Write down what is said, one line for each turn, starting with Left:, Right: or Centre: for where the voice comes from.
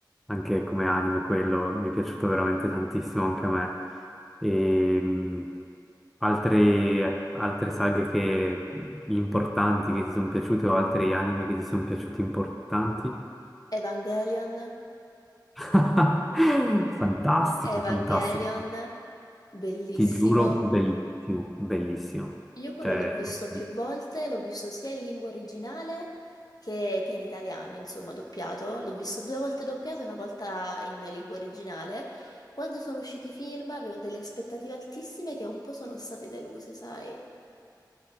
Centre: anche come anime quello. Mi è piaciuto veramente tantissimo anche a me. E... mm, Altre, altre saghe che- importanti che ti sono piaciute o altri anime che ti sono piaciuti importanti?
Left: Evangelion.
Centre: <laughs> Fantastico,
Left: Evangelion,
Centre: fantastico.
Left: bellissimo.
Centre: Ti giuro, bellissimo, bellissimo.
Left: Io quello
Centre: Cioè,
Left: l'ho visto
Centre: assolutamente.
Left: più volte, l'ho visto sia in lingua originale che, che in italiano, insomma, doppiato. L'ho visto due volte doppiato, una volta in lingua originale. Quando sono usciti i film avevo delle aspettative altissime che un po' sono state deluse, sai?